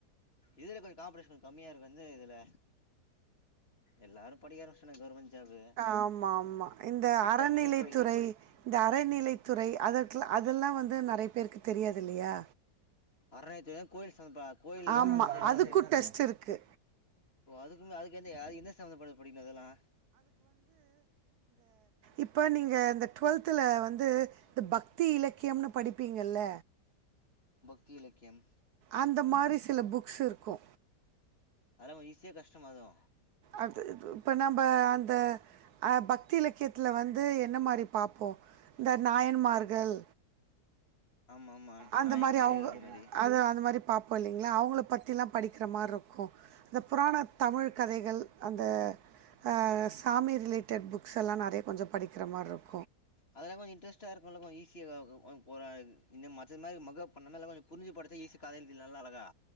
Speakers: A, on the left (about 35°); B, on the right (about 70°).
A: இதுல கொஞ்சோ காம்படீஷன் கம்மியா இருக்கு எந்து இதுல எல்லாரு படிக்க ஆரம்பிச்சிட்டானுங்க கவர்மெண்ட் ஜாபு
B: ஆமா ஆமா இந்த
A: குப்ப
B: அறநிலைத்துறை
A: மேனிக்கு படி
B: இந்த அறநிலைத் துறை அதற்கு அதெல்லா வந்து நெறைய பேருக்கு தெரியாது இல்லையா
A: அறநிலையத்துறை கோயில் சம்பந்தப்ப கோயில்
B: ஆமா
A: அந்த சைடு
B: அதுக்கு
A: தான் அது
B: டெஸ்ட் இருக்கு
A: ஓ அதுக்கும அதுக்கு எந்த ய எந்த சம்பந்தப் பட்ட படிக்கணு அதெல்லா
B: இப்போ நீங்க இந்த டு்வெல்த்துல வந்து இந்த பக்தி இலக்கியம்னு படிப்பீங்கல்ல
A: த்தியிலக்கியம்
B: அந்த மாரி சில புக்ஸ் இருக்கு
A: அதெலா ஈஸியா கஷ்டமா எது
B: அது இது இப்ப நம்ம அந்த அ பக்தி இலக்கியத்துல வந்து என்ன மாரி பாப்போ இந்த நாயன்மார்கள்
A: ஆமாம் ஆமாம்
B: அந்த
A: நாயக்கியர்கள்
B: மாரி அவங்க
A: அந்த மாதிரி
B: அது அந்த மாரி பாப்போ இல்லைங்களா அவங்கள பற்றிலா படிக்கிற மாரி இருக்கு அந்த புராண தமிழ் கதைகள் அந்த அ சாமி ரிலேட்டட் புக்ஸ் எல்லா நெறைய கொஞ்ச படிக்கிற மாரி இருக்கு
A: அதெலா கொஞ்ச இன்டரஸ்டா இருக்கும்ள கொஞ்ச ஈஸியா போறாது ஒரு இந்த மற்ற மாரி மக பண்ணனதேலாம கொஞ்ச புரிஞ்சு படிச்சா ஈஸியா கதை எழுதலாம்ல இத எலாம் அழகா